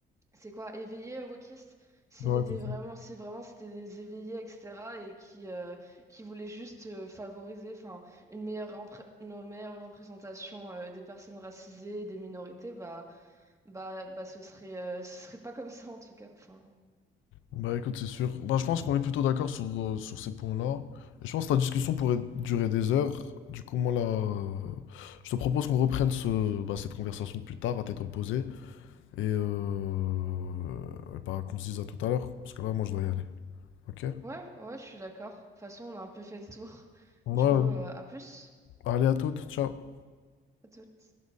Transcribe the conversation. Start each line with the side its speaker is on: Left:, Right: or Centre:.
Right: c'est quoi, éveillé, euh, wokiste? S'il
Left: Ouais,
Right: était
Left: c'est
Right: vraiment,
Left: ça.
Right: si vraiment c'était des éveillés, etc., et qui, euh, qui voulaient juste euh, favoriser, enfin, une meilleure, repré- une meilleure représentation euh, des personnes racisées, et des minorités, bah, bah, bah, ce serait, euh, ce serait pas comme ça en tout cas. Enfin,
Left: Bah écoute, c'est sûr. Bah, je pense qu'on est plutôt d'accord sur, euh, sur ces points-là. Et je pense que la discussion pourrait durer des heures. Du coup, moi là, euh, je te propose qu'on reprenne ce, bah, cette conversation plus tard à tête reposée. Et euh, bah, qu'on se dise à tout à l'heure, parce que là, moi, je dois y aller. Ok?
Right: ouais, ouais, je suis d'accord. De toute façon, on a un peu fait le tour.
Left: Ouais,
Right: Du coup,
Left: ouais.
Right: euh, à plus.
Left: Allez, à toutes. Ciao.
Right: À toutes.